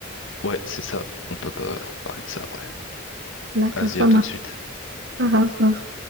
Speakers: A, on the left (about 75°); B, on the right (about 65°).
A: Ouais, c'est ça. On peut pas parler de ça après.
B: D'accord,
A: Vas-y,
B: ça
A: à
B: marche.
A: tout de suite.
B: Au revoir.